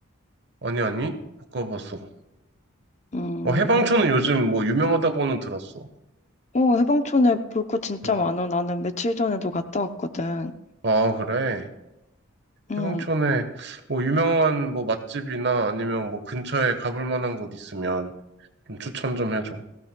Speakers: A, on the right; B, on the left.
A: 아니, 아니? 못 가봤어.
B: 음,
A: 어, 해방촌은 요즘 뭐 유명하다고는 들었어.
B: 어, 해방촌에 볼 거 진짜
A: 응.
B: 많아. 나는 며칠 전에도 갔다 왔거든.
A: 아, 그래.
B: 음,
A: 해방촌에 뭐 유명한 뭐 맛집이나 아니면 뭐 근처에 가볼 만한 곳 있으면 좀 추천 좀 해줘.